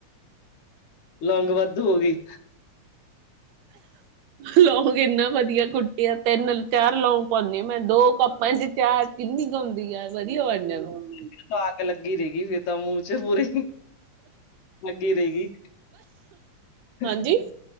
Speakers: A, on the left; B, on the right.
A: ਲੌਂਗ ਵਾਧੂ ਹੋ ਗਈ।
B: ਲੌਂਗ ਇੰਨਾ ਵੱਧੀਆ ਕੁੱਟੀਆਂ ਤਿੰਨ ਚਾਰ ਲੌਂਗ ਪਾਉਨੀ ਆ ਮੈਂ ਦੋ ਕੱਪਾਂ ਚ ਚਾਹ ਕਿੰਨੀ ਕ ਹੁੰਦੀ ਆਂ ਵੱਧੀਆ ਬਣ ਜਾਂਦੀ।
A: <unintelligible> ਲੱਗੀ ਰਹੇਗੀ ਫਿਰ ਤਾਂ ਮੂੰਹ ਚ ਪੂਰੀ। ਲੱਗੀ ਰਹੇਗੀ ਹ
B: ਹਾਂਜੀ
A: ਹ।